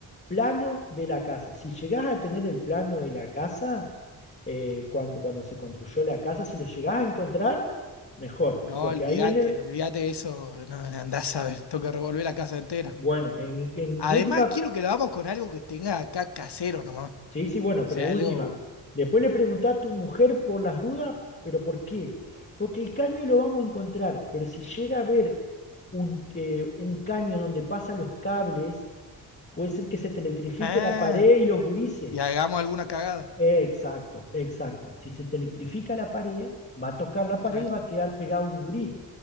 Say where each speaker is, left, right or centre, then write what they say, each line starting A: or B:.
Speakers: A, on the left (about 25°); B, on the left (about 60°).
A: plano de la casa. Si llegás a tener el plano de la casa, eh, cuando, cuando se construyó la casa, si lo llegás a encontrar, mejor,
B: No,
A: porque
B: olvídate,
A: ahí en el,
B: olvídate de eso, no, andás a ver, tengo que revolver la casa entera.
A: bueno, en, en
B: Además,
A: de última,
B: quiero que lo hagamos con algo que tenga acá casero nomás. O
A: sí, sí, bueno,
B: sea,
A: pero de última,
B: algo.
A: después le preguntá a tu mujer por las dudas, pero ¿por qué? Porque el caño lo vamos a encontrar, pero si llega a ver un, eh, un caño donde pasan los cables, puede ser que se te electrifique
B: Ah,
A: la pared y los gurises.
B: y hagamos alguna cagada,
A: Exacto, exacto. Si se te electrifica la pared, va a tocar la pared
B: claro.
A: y va a quedar pegado un gurí.